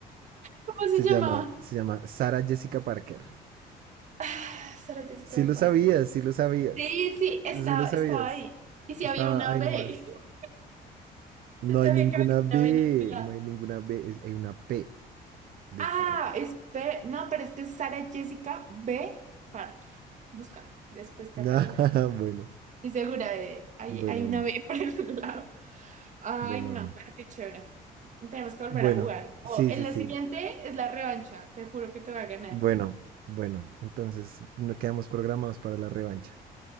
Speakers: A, on the right; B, on the right.
A: ¿Cómo
B: Se
A: se llamaba?
B: llama, se llama Sara Jessica Parker.
A: Ah, Sara Jessica
B: Sí lo
A: Parker.
B: sabías, sí lo sabías.
A: Sí, sí, estaba,
B: Sí lo sabías.
A: estaba ahí. Y si
B: Estaba
A: había una
B: ahí
A: B.
B: nomás.
A: <laughs> Yo
B: No
A: sabía
B: hay ninguna
A: que había
B: B,
A: una B en el lado.
B: no hay ninguna B, es- hay una P de
A: Ah,
B: Parker.
A: es B. No, pero es que es Sara Jessica B. Parker. Búscalo. Después te
B: <laughs>
A: aparece.
B: Ah, bueno,
A: Estoy segura de. Hay,
B: bueno,
A: hay
B: bueno,
A: una B <laughs> por el lado. Ay,
B: bueno,
A: no,
B: bueno.
A: pero qué chévere. Tenemos que volver
B: Bueno,
A: a jugar. O
B: sí,
A: en
B: sí,
A: la
B: sí.
A: siguiente es la revancha. Te juro que te voy a ganar.
B: Bueno, bueno. Entonces, no quedamos programados para la revancha.